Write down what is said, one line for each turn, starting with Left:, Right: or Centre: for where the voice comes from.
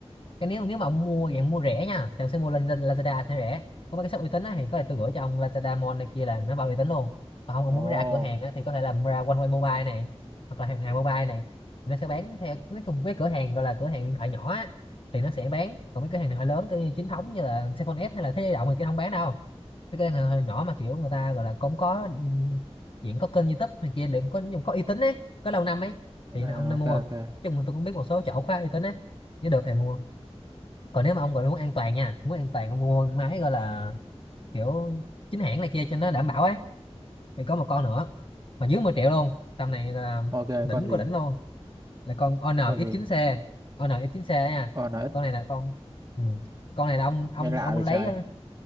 Left: cái nếu nếu mà ông mua dạng mua rẻ nha thì ông sẽ mua lên lên Lazada thì rẻ có mấy cái shop uy tín á thì có thể tôi gửi cho ông Lazada Mall này kia là nó bao uy tín luôn còn không
Right: ồ
Left: ông muốn ra cửa hàng á thì có thể là ra One Way Mobile này hoặc là hàng hàng mobile này nó sẽ bán theo nói chung cái cửa hàng gọi là cửa hàng điện thoại nhỏ á thì nó sẽ bán còn mấy cửa hàng điện thoại lớn kiểu như chính thống như là Cellphone S hay là Thế Giới Động thì kia không bán đâu mấy cửa hàng điện nhỏ mà kiểu người ta gọi là cũng có ừ, chuyện có kênh YouTube này kia để có dùng có uy tín ấy có lâu năm ấy thì
Right: à,
Left: nó ông nên
Right: ok
Left: mua
Right: ok
Left: chung là tôi cũng biết một số chỗ khá uy tín ấy nếu được thì mua còn nếu mà ông gọi là muốn an toàn nha muốn an toàn ông mua máy gọi là kiểu chính hãng này kia cho nó đảm bảo ấy thì có một con nữa mà dưới 10 triệu luôn tầm này gọi là
Right: ok
Left: đỉnh
Right: con gì
Left: của đỉnh luôn là con NX9C
Right: con gì
Left: NX9C ấy nha
Right: ồ nó ít
Left: con này là con ừ. con này là ông ông
Right: nghe lạ
Left: ông
Right: vậy
Left: lấy
Right: trời
Left: ờ,